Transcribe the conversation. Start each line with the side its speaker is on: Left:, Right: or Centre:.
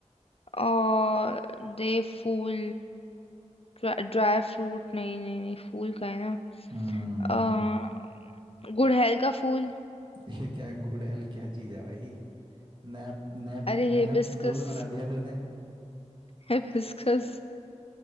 Left: और दे फूल ड्राई फ्रूट नहीं नहीं नहीं फूल का है
Right: हम्म
Left: ना अ, गुड़हल का फूल
Right: ये क्या गुड़हल क्या चीज है भाई नया नया
Left: अरे
Right: नया
Left: हिबिस्कस
Right: फूल बना दिया तूने
Left: <laughs> हिबिस्कस